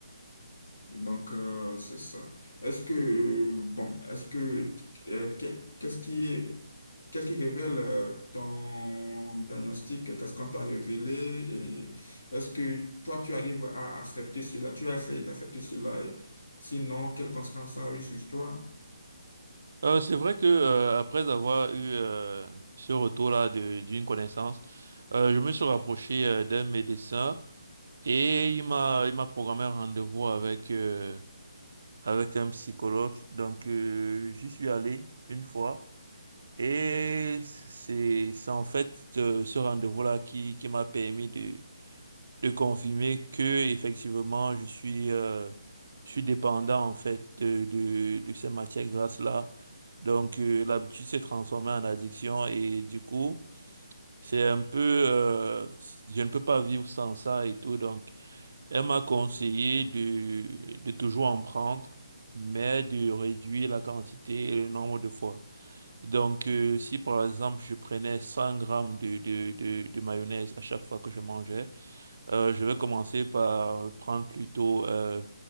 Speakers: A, on the left; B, on the right.
A: donc, euh, c'est ça. Est-ce que, euh, bon, est-ce que, euh, que- qu'est-ce qui, qu'est-ce qui révèle euh, ton diagnostic? Qu'est-ce qu'on t'a révélé? Et est-ce que toi, tu arrives à accepter cela? Tu as essayé d'accepter cela? Et sinon, quelles conséquences ça a eu sur toi?
B: Euh, c'est vrai que euh, après avoir eu euh, ce retour-là de- d'une connaissance, euh, je me suis rapproché euh, d'un médecin et il m'a il m'a programmé un rendez-vous avec euh, avec un psychologue. Donc euh, j'y suis allé une fois et c'est c'est en fait euh, ce rendez-vous-là qui qui m'a permis de de confirmer que effectivement je suis euh, je suis dépendant en fait de de, de ces matières grasses là. Donc euh, l'habitude s'est transformée en addiction et du coup c'est un peu euh, je ne peux pas vivre sans ça et tout. Donc elle m'a conseillé de de toujours en prendre mais de réduire la quantité et le nombre de fois. Donc, euh, si par exemple je prenais 100 grammes de, de, de, de mayonnaise à chaque fois que je mangeais, euh, je vais commencer par euh, prendre plutôt euh,